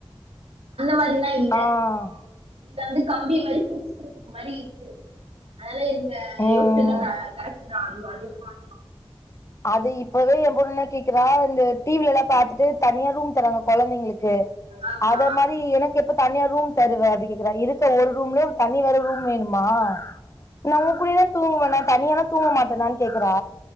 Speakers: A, on the right (about 85°); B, on the left (about 30°).
A: மாரிலா இல்ல
B: ஆஹ்
A: இதுல வந்து கம்பி மாரி புடிச்சுக்கிறதுக்கு மாரி இருக்கு <unintelligible> <unintelligible>
B: ம்
A: யோசிச்சது <inaudible> கரெக்ட் தா அது அதுவு வாங்கலா
B: அது இப்பவே என் பொண்ணு கேக்குறா இந்த டி விலா பாத்துட்டு தனியா ரூம் தராங்க கொழந்தைங்களுக்கு
A: ஆமா
B: அத மாரி எனக்கு எப்ப தனியா ரூம் தருவ அப்டி கேக்குறா இருக்க ஒரு ரூம்ல தனி வேற ரூம் வேணுமா நா உங்க கூடியதா தூங்குவே ந தனிய எல்லா தூங்க மாட்டேனான்னு கேக்குறா